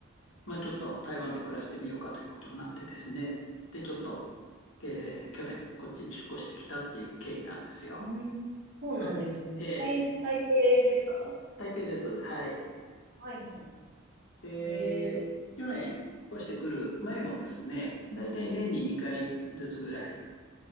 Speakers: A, on the left; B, on the right.
A: まあ、ちょっと台湾で暮らしてみようかということになってですね、で、ちょっと、えー去年、こっちに引っ越してきたっていう経緯なんですよ。
B: うーん、そうなんですね。
A: はい。えー
B: 台、台北ですか
A: 台北です。はい。
B: はいは
A: で、
B: い。へえ、
A: 去年、越してくる前もですね、だいたい年に2回ずつぐらい、